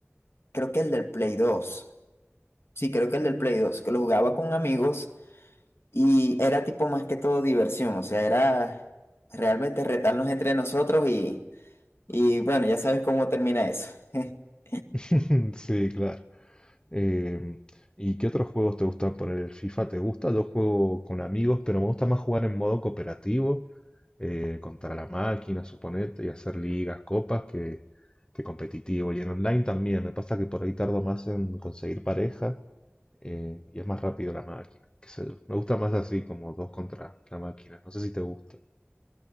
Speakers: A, on the left; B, on the left.
A: creo que el del Play 2, Sí, creo que el del Play 2, que lo jugaba con amigos y era tipo más que todo diversión. O sea, era realmente retarnos entre nosotros Y bueno, ya sabes cómo termina eso. <laughs>
B: <laughs> Sí, claro. Eh, ¿y qué otros juegos te gustan poner? ¿El FIFA te gusta? Yo juego con amigos, pero me gusta más jugar en modo cooperativo, eh, contra la máquina, suponete, y hacer ligas, copas, que, que competitivo. Y en online también. Me pasa que por ahí tardo más en conseguir pareja, eh, y es más rápido la máquina. Qué sé yo. Me gusta más así, como dos contra la máquina. No sé si te gusta.